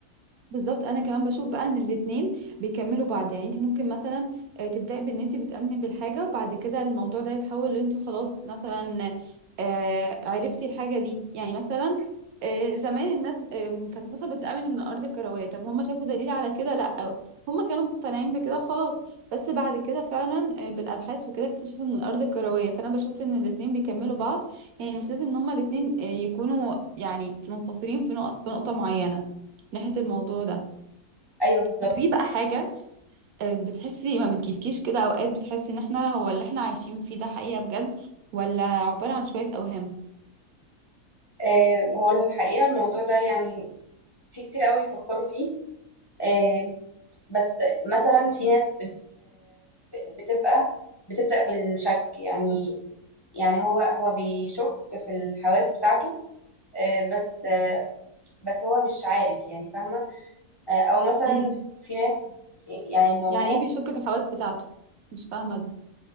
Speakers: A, on the right; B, on the left.
A: بالظبط انا كمان بشوف بقى ان الاتنين بيكملوا بعض يعني انت ممكن مثلا آه، تبداي بان انت بتامني بالحاجه وبعد كده الموضوع ده يتحول ان انت خلاص مثلا آه، عرفتي الحاجه دي يعني مثلا آه، زمان الناس آم، كانت مثلا بتامن ان الارض كرويه طب هم شافوا دليل على كده لا هم كانوا مقتنعين بكده وخلاص بس بعد كده فعلا آه، بالابحاث وكده اكتشفوا ان الارض كرويه فانا بشوف ان الاتنين بيكملوا بعض يعني مش لازم ان هم الاتنين آه، يكونوا يعني منفصلين في نقط في نقطه معينه ناحيه الموضوع ده
B: ايوه بالظبط
A: طب في بقى حاجة آه، بتحسي ما بتجيلكيش كده أوقات بتحسي إن إحنا هو اللي إحنا عايشين فيه ده حقيقة بجد ولا عبارة عن شوية أوهام
B: آه، هو الحقيقه الموضوع ده يعني في كتير قوي بيفكروا فيه آه، بس مثلا في ناس بت بتبقى بتبدأ بالشك يعني يعني هو هو بيشك في الحواس بتاعته آه، بس آه، بس هو مش عارف يعني فاهمة آه، أو مثلا
A: امم
B: في ناس يعني الموضوع
A: يعني إيه بيشك في الحواس بتاعته مش فاهمة دي